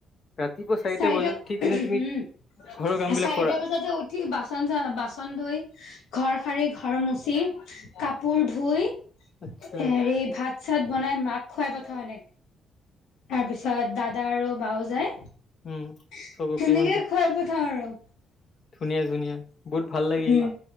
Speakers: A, on the left; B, on the left.
A: ৰাতিপুৱা
B: চাৰিটা
A: বজাত উঠি কিনে
B: উম
A: তুমি ঘৰৰ কাম বিলাক
B: চাৰিটা
A: কৰা
B: বজাতে উঠি বাচন চা বাচন ধুই ঘৰ সাৰি ঘৰ মুচি কাপ কাপোৰ ধুই
A: আচ্ছা
B: হেৰি ভাত চব বনাই মাক খুৱাই পঠাও এনেকে তাৰপিছত ত দাদা আৰু বাও যায়
A: উম
B: সেনেকে
A: চবকে মানে
B: খোৱাই পঠাও আৰু <unintelligible>
A: ধুনীয়া ধুনীয়া বহুত ভাল লাগে
B: উম
A: এই